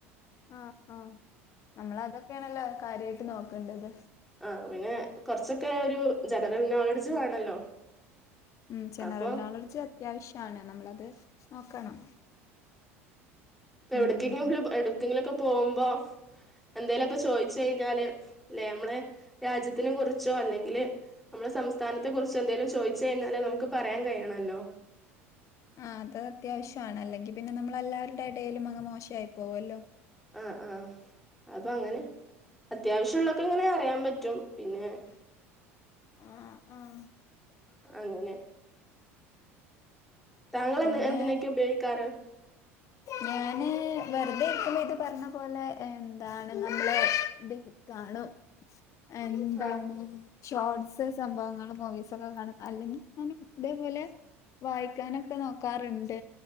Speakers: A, on the left; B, in the centre.
A: ആ ആ നമ്മളതൊക്കെയാണല്ലോ കാര്യായിട്ട് നോക്കേണ്ടത്.
B: ആ പിന്നെ കൊറച്ചൊക്കെ ഒരു ജനറൽ നോളഡ്ജ് വേണല്ലോ.
A: ഉം ജനറൽ
B: അപ്പൊ
A: നോളഡ്ജ് അത്യാവശ്യാണ്, നമ്മളത് നോക്കണം.
B: ഇപ്പ എവടെത്തെക്കെ
A: ഉം ഉം
B: <unintelligible> എടെക്കെങ്കിലൊക്കെ പ് പോമ്പോ എന്തേലൊക്കെ ചോയിച്ചയിഞ്ഞാല് ലേയമ്മളെ രാജ്യത്തിനെ കുറിച്ചോ അല്ലെങ്കില് നമ്മളെ സംസ്ഥാനത്തെ കുറിച്ചെന്തേലും ചോയിച്ചയിഞ്ഞാല് നമുക്ക് പറയാൻ കഴിയണല്ലോ.
A: ആ അത് അത്യാവശ്യാണ്, അല്ലെങ്കി പിന്നെ നമ്മളെല്ലാരുടെടേലും അങ്ങ് മോശായി പോവല്ലോ.
B: ആ ആ അപ്പ അങ്ങനെ അത്യാവശ്യോള്ളൊക്കെ ഇങ്ങനെ അറിയാൻ പറ്റും. പിന്നെ
A: ആഹ് ആഹ്
B: അങ്ങനെ താങ്കളെന്ത
A: പിന്നെ
B: എന്തിനെക്കെ ഉപയോഗിക്കാറ്.
A: ഞാന് വെറുതെയിരിക്കുമ്പോ ഇത് പറഞ്ഞ പോലെ എന്താണ് നമ്മളെ ഡി <unintelligible> കാണും. അ എന്താണ്?
B: ആ
A: ഷോർട്സ് സംഭവങ്ങൾ മൂവീസൊക്കെ കാണും, അല്ലെങ്കി ഞാനും ഇതേപോലെ വായിക്കാനൊക് ക്കെ നോക്കാറ്ണ്ട്